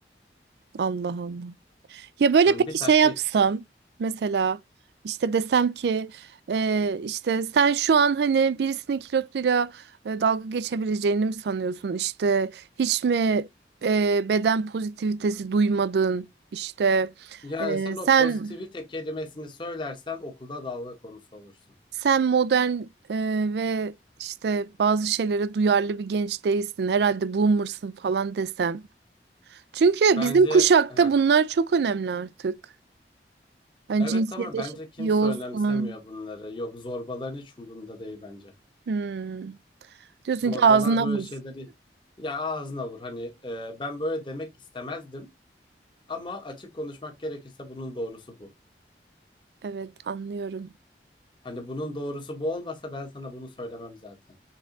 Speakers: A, on the right; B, on the left.
A: Allah Allah. Ya böyle
B: Hani
A: peki
B: bir taşla
A: şey yapsam
B: iki kuş.
A: mesela işte desem ki e, işte sen şu an hani birisinin kilosuyla e, dalga geçebileceğini mi sanıyorsun? İşte hiç mi e, beden pozitivitesi duymadın? İşte
B: Yani
A: e,
B: sen o
A: sen
B: pozitivite kelimesini söylersen okulda dalga konusu olursun.
A: sen modern e, ve işte bazı şeylere duyarlı bir genç değilsin. Herhalde boomer'sın falan desem. Çünkü
B: Bence
A: bizim kuşakta
B: heh.
A: bunlar çok önemli artık. Yani
B: Evet
A: cinsiyet
B: ama
A: eşitliği
B: bence kimse
A: olsun.
B: önemsemiyor bunları. Yok zorbaların hiç umurunda değil bence.
A: Hmm. Diyorsun
B: Zorbalar
A: ki ağzına
B: böyle
A: vur.
B: şeyleri ya ağzına vur. Hani e, ben böyle demek istemezdim ama açık konuşmak gerekirse bunun doğrusu bu.
A: Evet anlıyorum.
B: Hani bunun doğrusu bu olmasa ben sana bunu söylemem zaten.